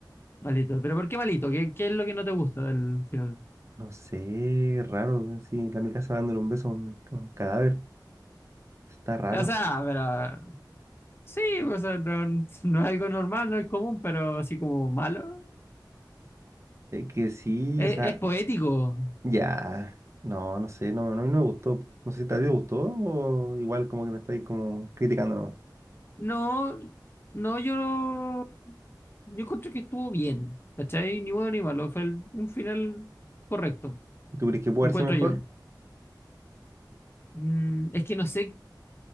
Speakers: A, on the left (about 30°); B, on the right (about 40°).
A: malito. ¿Pero por qué malito? ¿Qué, qué es lo que no te gusta del final?
B: no sé, raro. eh, Sí, la Mikasa dándole un beso a un, a un cadáver. Está raro.
A: O sea, pero... Sí, o sea, no, no es algo normal, no es común, pero así como malo.
B: Es que sí,
A: Es,
B: o sea,
A: es poético.
B: ya. No, no sé, no, no, no me gustó. No sé si a ti te gustó o igual como que me estáis como criticando nomás.
A: No, no, yo, no- yo encontré que estuvo bien, ¿cachai? Ni bueno ni malo, fue el- un final correcto,
B: ¿Tú crees que puede
A: encuentro
B: haber sido mejor?
A: yo. Mm, es que no sé,